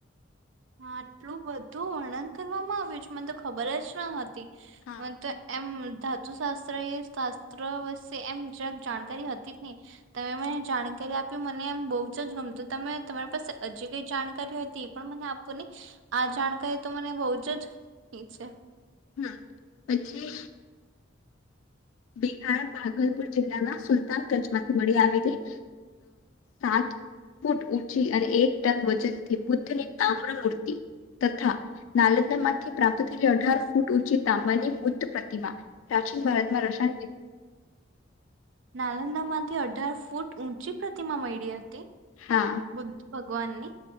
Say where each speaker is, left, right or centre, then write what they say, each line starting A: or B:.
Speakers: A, on the right; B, on the left.
A: હા આટલું બધું વર્ણન કરવામાં આવ્યું છે મને તો ખબર જ ન હતી
B: હા
A: મત એમ ધાતુ શાસ્ત્ર એ શાસ્ત્ર વે એમ જરાક જાણકારી હતી જ ને તમે મને જાણકારી આપ્યું મને એમ બહુ જ જ ગમતું તમે તમારી પાસે હજી કઈ જાણકારી હો હતી એ પણ મને આપને આ
B: હા
A: જાણકારી ત મને બહુ જ જ ઈ છે
B: હમ પછી બિહાર ભાગલપુર જિલ્લાના સુલતાનગંજ માંથી મળી આવેલી સાત ફૂટ ઊંચી અને એક ટન વજનથી બુદ્ધની તામ્ર મૂર્તિ તથા નાલંદામાંથી પ્રાપ્ત થયેલી અઢાર ફૂટ ઊંચી તાંબાની બુદ્ધ પ્રતિમા પ્રાીન ભારતમાં <inaudible>
A: નાલંદા માંથી અઢાર ફૂટ ઊંચી પ્રતિમા મળી હતી
B: હા
A: બુદ્ધ ભક્ત ગવાની